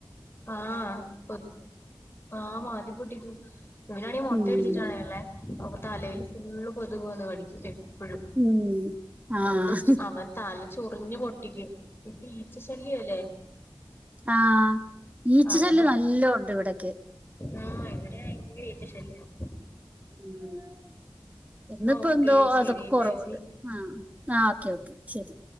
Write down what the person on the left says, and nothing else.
ആഹ് കൊച്ച് ആഹ് മാന്തിപ്പൊട്ട് ഉം ഇവനാണെ മൊട്ടയടിച്ചിട്ടാണെ
ഒള്ളേ അപ്പൊ തലേല് ഫുള്ള് കൊതുക് വന്ന് കടിക്കും പ്പഴും
മോൻ്റെ ച് അവൻ തല ചൊറിഞ്ഞ് പൊട്ടിക്കും ഇപ്പ ഈച്ച ശല്യവല്ലേ
അവടെ
ആഹ് എവിടെ ആണെങ്കിലും ഈച്ച ശല്യവാ
എന്നാ ഓക്കെ
ശരി
ടൈസി